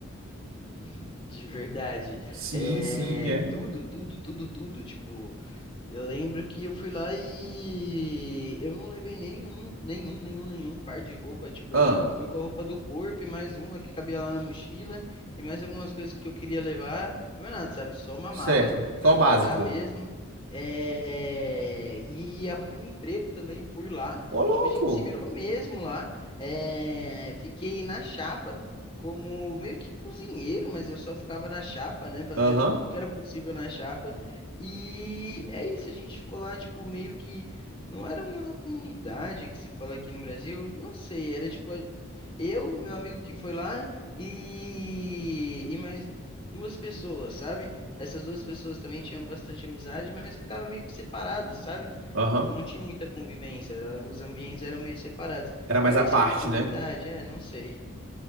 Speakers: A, on the left; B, on the right.
A: <laughs> De verdade.
B: Sim,
A: É,
B: sim, é.
A: tudo, tudo, tudo, tudo. Tipo, eu lembro que eu fui lá e eu não levei nenhum, nenhum, nenhum, nenhum par de roupa. Tipo,
B: Ah,
A: fui com a roupa do corpo e mais uma que cabia lá na mochila e mais algumas coisas que eu queria levar. Não é nada, sabe? Só uma
B: certo.
A: mala
B: Só
A: pra
B: o
A: ficar
B: básico.
A: mesmo. É, E arrumei um emprego também por lá.
B: Ô, louco.
A: Tipo, a gente se virou mesmo lá. É, Fiquei na chapa. Como meio que cozinheiro, mas eu só ficava na chapa, né? Fazia
B: Aham,
A: tudo que era possível na chapa. E é isso, a gente ficou lá, tipo, meio que. Não era uma comunidade que se fala aqui no Brasil, não sei, era tipo a- eu, meu amigo que foi lá e, e mais duas pessoas, sabe? Essas duas pessoas também tinham bastante amizade, mas ficava meio que separadas, sabe?
B: aham.
A: Tipo, não tinha muita convivência, os ambientes eram meio separados.
B: Era mais
A: Parecia
B: à parte,
A: uma comunidade,
B: né?
A: é, não sei.